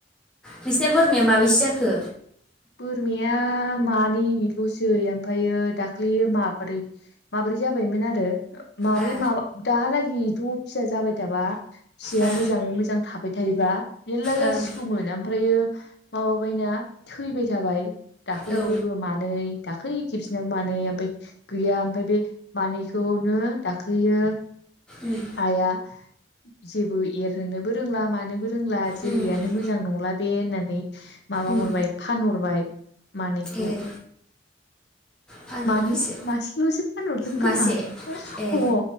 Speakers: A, in the centre; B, on the left.
A: नोंसिना बोरमाया माबेसे जाखो?
B: बोरमाया मानैल'सै ओमफ्रायायो दाख्लैयो माबोरै माबोरै जाबायमोन आरो माब्रै
A: आ
B: माबा दालागिथ' फिसा जाबाय थाबा फिसाया
A: आ
B: मोजाङै मोजां थाबाय थायबा मेरला जासिगौमोन
A: ओं
B: ओमफ्रायो माबाबायना थैबाय थाबाय दाख्लिफोरबो
A: औ
B: मानै दाख्लै खेबसेना मानै ओमफफ्राय गैया ओमफफ्राय बे मानै खौनो दाख्लोयो
A: उम
B: हाया जेबो एरहोननोबो रोंला मानोबो रोंला जोलैयानो
A: उम
B: मोजां नंला बे होननानै माबा
A: उम
B: हरबाय हरबाय मानैखौ।
A: ए फानहरबायसो
B: मानै मासेल'सो फानहरदों
A: मासे
B: खोमा? अ
A: ए